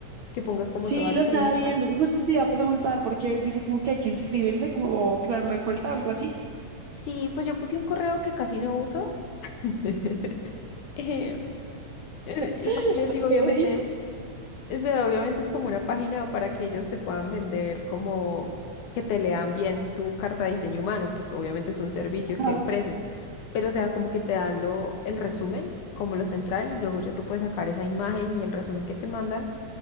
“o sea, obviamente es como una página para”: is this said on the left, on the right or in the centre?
Left